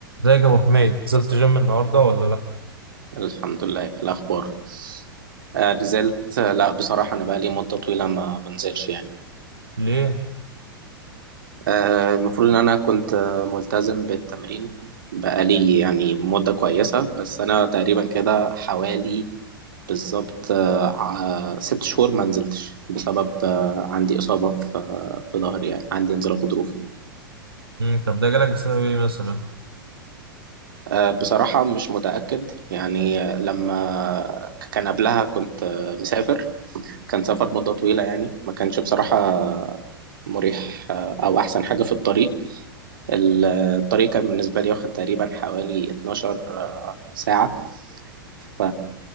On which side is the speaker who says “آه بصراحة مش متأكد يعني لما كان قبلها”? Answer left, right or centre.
Right